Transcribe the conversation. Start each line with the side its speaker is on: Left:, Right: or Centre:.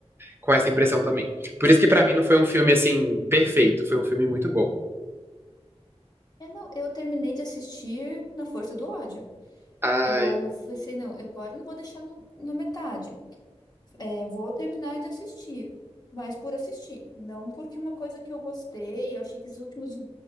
Right: com essa impressão também. Por isso que pra mim não foi um filme assim perfeito, foi um filme muito bom.
Left: Eu não, eu terminei de assistir na força do ódio.
Right: Ai,
Left: Eu pensei, não, agora eu não vou deixar no, na metade. É, vou terminar de assistir, mas por assistir, não porque uma coisa que eu gostei, eu achei que os últimos